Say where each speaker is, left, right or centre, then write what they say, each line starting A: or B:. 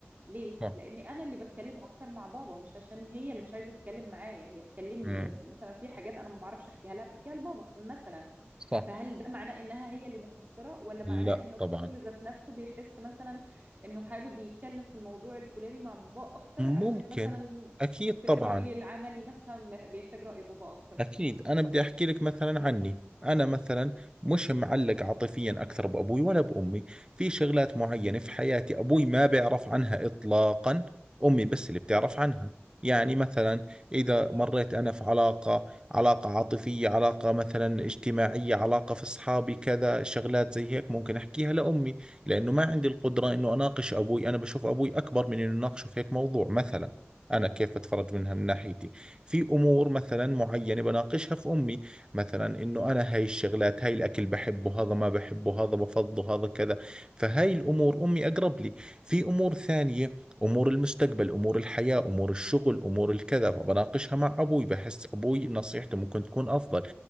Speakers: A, on the right; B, on the right.
A: ليه؟
B: صح
A: لأن أنا اللي بتكلم أكتر مع بابا مش عشان هي اللي مش عايزة تتكلم معايا هي بتكلمني
B: مم.
A: بس مثلا في حاجات أنا ما بعرفش أحكيها لها بحكيها لبابا مثلا
B: صح
A: فهل ده معناه إنها هي اللي مقصرة ولا
B: لا
A: معناه إن الطفل
B: طبعا
A: ذات نفسه بيحس مثلا إنه حابب يتكلم في الموضوع الفلاني مع بابا أكتر عشان
B: ممكن
A: مثلا
B: أكيد
A: في
B: طبعا
A: الرأي العملي مثلا بيحتاج رأي بابا أكتر
B: أكيد أنا بدي أحكي لك مثلا عني أنا مثلا مش معلق عاطفيا أكثر بأبوي ولا بأمي في شغلات معينة في حياتي أبوي ما بيعرف عنها إطلاقا أمي بس اللي بتعرف عنها يعني مثلا إذا مريت أنا في علاقة علاقة عاطفية علاقة مثلا اجتماعية علاقة في أصحابي كذا شغلات زي هيك ممكن أحكيها لأمي لأنه ما عندي القدرة إنه أناقش أبوي أنا بشوف أبوي أكبر من إنه أناقشه في هيك موضوع مثلا أنا كيف بتفرج منها من ناحيتي في امور مثلا معينه بناقشها في امي مثلا انه انا هاي الشغلات هاي الاكل بحبه هذا ما بحبه هذا بفضه هذا كذا فهاي الامور امي اقرب لي في امور ثانيه امور المستقبل امور الحياه امور الشغل امور الكذا فبناقشها مع ابوي بحس ابوي نصيحته ممكن تكون افضل